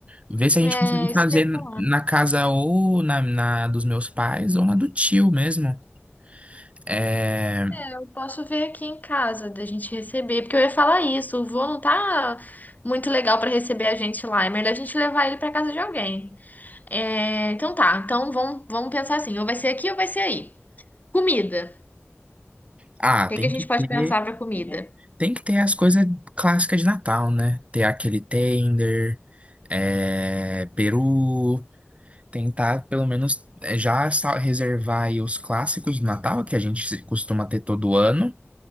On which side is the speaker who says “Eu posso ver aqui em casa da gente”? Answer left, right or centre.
Left